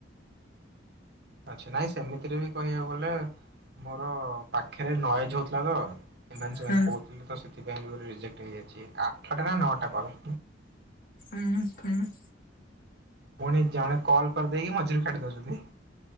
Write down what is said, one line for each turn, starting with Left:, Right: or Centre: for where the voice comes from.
Right: ଆଚ୍ଛା ନାଇଁ ସେମିତିରେ ବି କହିବାକୁ ଗଲେ। ମୋର ପାଖରେ ନଏଜ ହଉଥିଲା ତ ଏମାନେ
Left: ହୁଁ
Right: ସେମାନେ କହୁଥିଲେ ତ ସେଥିପାଇଁ ବି ଗୋଟେ ରିଜେକ୍ଟ ହେଇଯାଇଛି। ଆଠଟା ନା ନଅଟା କଲ।
Left: ଉଁ ହୁଁ।
Right: ପୁଣି ଜଣେ କଲ୍ କରିଦେଇକି ମଝିରୁ କାଟି ଦଉଛନ୍ତି।